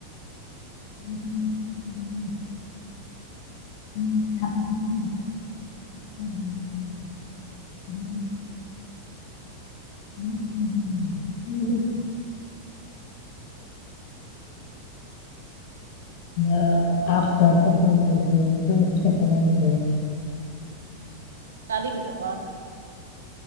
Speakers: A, on the left (about 50°); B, on the right (about 70°).
A: <unintelligible> <unintelligible> <unintelligible> आ अँक्टर कस लिहायचंय, बेस्ट कस लिहायचंय.
B: काली कित पार